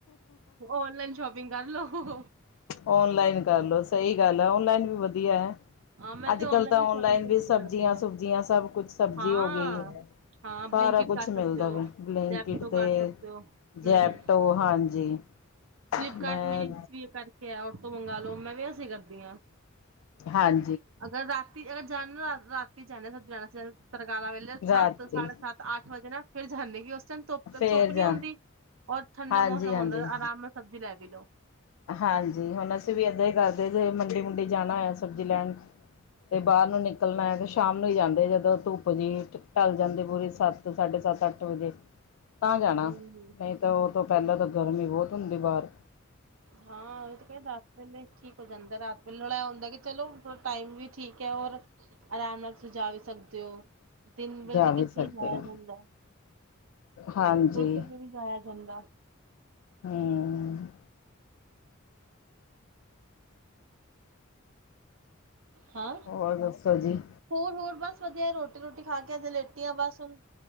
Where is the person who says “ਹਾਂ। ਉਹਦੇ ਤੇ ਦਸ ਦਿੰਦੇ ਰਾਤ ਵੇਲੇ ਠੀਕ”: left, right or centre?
Right